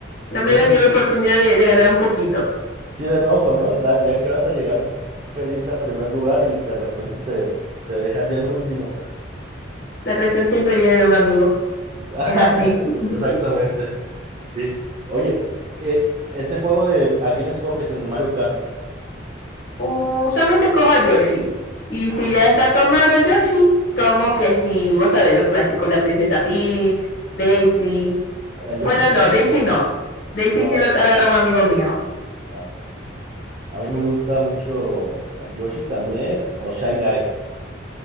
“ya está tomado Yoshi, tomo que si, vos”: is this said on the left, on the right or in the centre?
Left